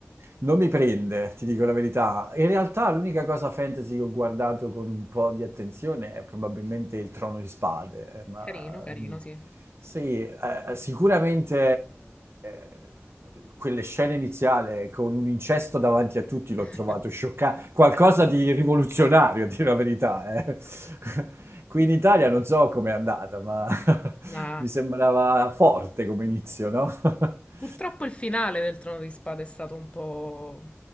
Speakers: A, on the right; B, on the left.
A: non mi prende, ti dico la verità. In realtà l'unica cosa fantasy che ho guardato con un po' di attenzione è probabilmente il Trono di Spade, eh, ma
B: Carino, carino,
A: mm,
B: sì.
A: sì, eh, sicuramente eh, quelle scene iniziali con un incesto davanti a tutti
B: <laughs>
A: l'ho trovato scioccante, qualcosa di
B: Sì.
A: rivoluzionario, a dire la verità, eh. <laughs> Qui in Italia non so com'è andata, ma <laughs>
B: Ma
A: mi sembrava forte come inizio, no? <laughs>
B: purtroppo il finale del Trono di Spade è stato un po',